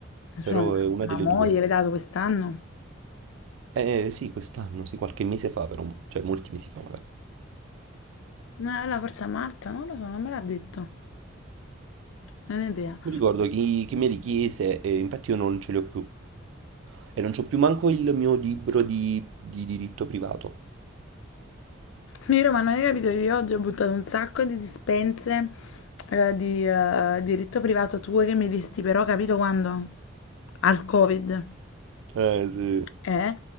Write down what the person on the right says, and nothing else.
però
è una delle
due.
Eh sì, quest'anno, sì, qualche mese fa però, cioè molti mesi fa magari.
Mi ricordo chi, chi me li chiese e infatti io non ce li ho più. E non c'ho più manco il mio libro di, di diritto privato.
Eh sì,